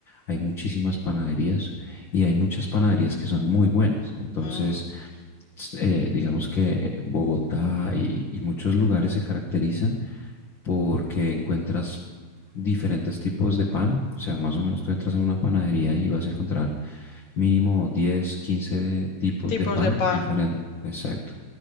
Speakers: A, on the left (about 45°); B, on the left (about 70°).
A: hay muchísimas panaderías y hay muchas panaderías que son muy buenas. Entonces,
B: Mm,
A: s- eh, digamos que Bogotá y, y muchos lugares se caracterizan porque encuentras diferentes tipos de pan. O sea, más o menos tú entras a una panadería y vas a encontrar mínimo diez quince tipos
B: Tipos
A: de pan
B: de pan.
A: diferentes. Exacto.